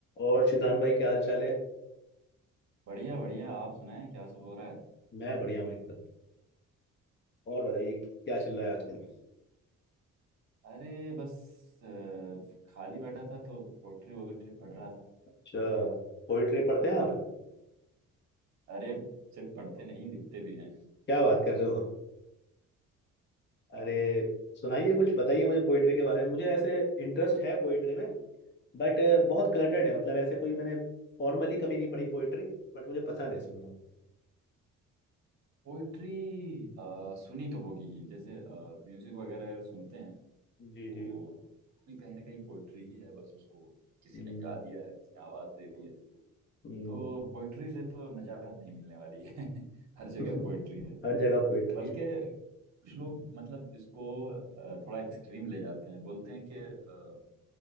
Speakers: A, on the left; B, on the right.
A: और शिजान भाई क्या हाल चाल है
B: बढ़िया बढ़िया आप सुनाएं क्या सब हो रहा है
A: मैं बढ़िया हूँ एकदम और बताइए क्या चल रहा है आजकल
B: अरे बस अ, खाली बैठा था तो पोइट्री वोट्री पढ़ रहा था
A: अच्छा पोइट्री पढ़ते
B: और
A: हैं आप
B: अ, अरे सिर्फ पढ़ते नहीं लिखते भी हैं
A: क्या बात कर रहे हो अरे सुनाइए कुछ बताइए मुझे पोइट्री के बारे में मुझे ऐसे इंटरेस्ट है पोइट्री में बट बहुत क्लटर्ड है मतलब ऐसे कोई मैंने फॉर्मली कभी नहीं पढ़ी पोइट्री बट मुझे पसंद है सुनना
B: पोइट्री सुनी तो होगी ही जैसे म्यूजिक वगैरह अगर सुनते हैं
A: जी
B: तो
A: जी
B: भी कहीं ना कहीं पोइट्री ही है बस उसको किसी
A: हम्म,
B: ने गा दिया है किसी ने आवाज दे दी है
A: हम्म।
B: तो पोइट्री से तो निजात नहीं मिलने वाली है <laughs> हर जगह
A: <laughs>
B: पोइट्री है
A: हर जगह पोइट्री
B: बल्कि
A: है
B: कुछ लोग मतलब इसको अ, थोड़ा एक्सट्रीम ले जाते हैं बोलते हैं कि अ,